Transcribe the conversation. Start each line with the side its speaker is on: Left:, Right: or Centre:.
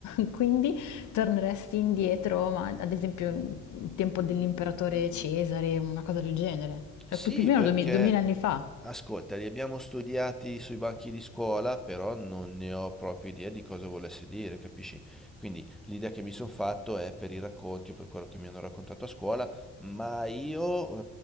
Left: <laughs> Quindi torneresti indietro, ma ad esempio il tempo dell'imperatore Cesare, una cosa del genere.
Centre: Sì,
Left: Cioè, più più o meno
Centre: perché
Left: 2000 2000 anni fa.
Centre: ascolta, li abbiamo studiati sui banchi di scuola, però non ne ho proprio idea di cosa volesse dire, capisci? Quindi l'idea che mi sono fatto è per i racconti o per quello che mi hanno raccontato a scuola, ma io